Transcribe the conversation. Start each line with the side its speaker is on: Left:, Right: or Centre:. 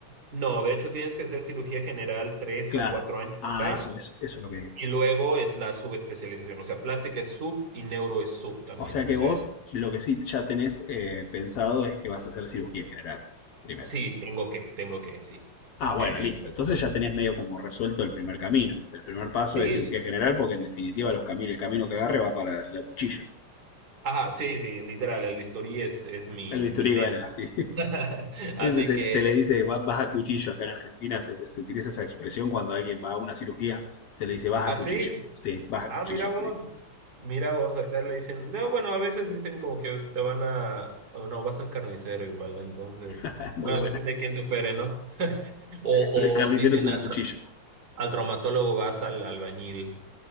Right: No, de hecho tienes que hacer cirugía general tres
Left: Claro.
Right: a cuatro años
Left: Ah,
Right: acá
Left: eso, eso, eso es lo que digo.
Right: y luego es la subespecialización. O sea, plástica es sub y neuro es sub también.
Left: O sea que
Right: O sea,
Left: vos lo que sí ya tenés eh, pensado es que vas a hacer cirugía general primero.
Right: sí, tengo que, tengo que, sí.
Left: Ah,
Right: Eh,
Left: bueno, listo. Entonces ya tenés medio como resuelto el primer camino. El primer paso
Right: sí,
Left: es cirugía general porque en definitiva los cami- el camino que agarre va para el cuchillo.
Right: ajá, sí, sí, literal, el bisturí es, es mi,
Left: El bisturí,
Right: mi meta.
Left: bueno, así. <laughs>
Right: <laughs> Así
Left: Ese se,
Right: que,
Left: se le dice "Va- vas a cuchillo. Acá en Argentina se, se utiliza esa expresión cuando alguien va a una cirugía, se le dice vas
Right: así.
Left: a cuchillo. Sí, vas a
Right: Ah,
Left: cuchillo,
Right: mira vos,
Left: se dice. <laughs>
Right: mira vos, acá le dicen, no, bueno, a veces dicen como que te van a, o no, vas al carnicero igual, entonces,
Left: Es muy
Right: bueno,
Left: buena.
Right: depende de quién te opere, ¿no? O,
Left: Pero el carnicero
Right: o dicen
Left: es un
Right: al,
Left: cuchillo.
Right: tra- al traumatólogo vas al albañil,